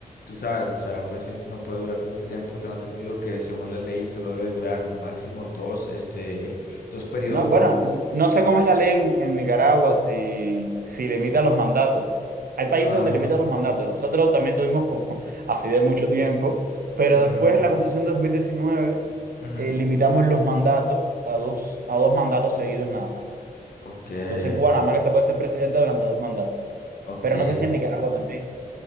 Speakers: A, on the left; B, on the right.
A: Tú sabes, o sea, un presidente no puede durar tanto tiempo. Tengo entendido que según la ley solo debe durar máximo dos, este, dos periodos.
B: No, bueno, n- no sé cómo es la ley en, en Nicaragua, si, si limita los mandatos. Hay países
A: Ajá,
B: donde limitan los mandatos. Nosotros también tuvimos como <laughs> a Fidel mucho tiempo, pero
A: ajá,
B: después en la Constitución de 2019
A: ajá.
B: eh, limitamos los mandatos a dos, a dos mandatos seguidos nada más.
A: Ok,
B: Entonces en Cuba
A: ok,
B: nada más que se puede ser presidente durante dos mandatos.
A: ok.
B: Pero no sé si en Nicaragua también.